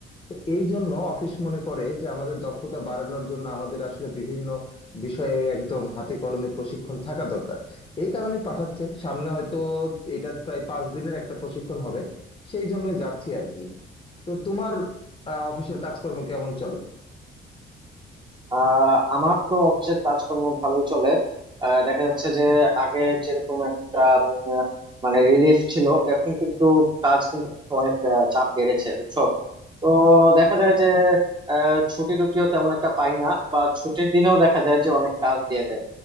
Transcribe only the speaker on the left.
তো এই জন্য অফিস মনে করে যে আমাদের দক্ষতা বাড়ানোর জন্য আমাদের আসলে বিভিন্ন বিষয়ে একদম হাতে কলমে প্রশিক্ষণ থাকা দরকার এই কারণে পাঠাচ্ছে সামনে হয়তো এটা প্রায় পাঁচ দিনের একটা প্রশিক্ষণ হবে সেই জন্যই যাচ্ছি আর কি তো তোমার আহ, অফিসের কাজকর্ম কেমন চলে